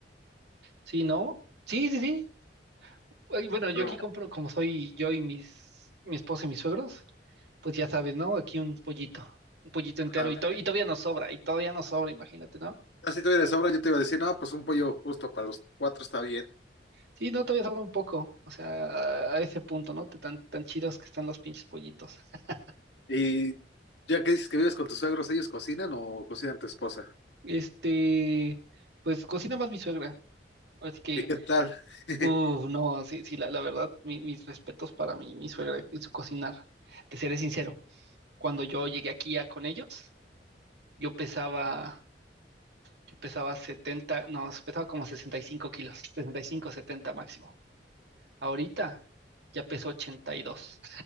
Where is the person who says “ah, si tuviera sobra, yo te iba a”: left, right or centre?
Left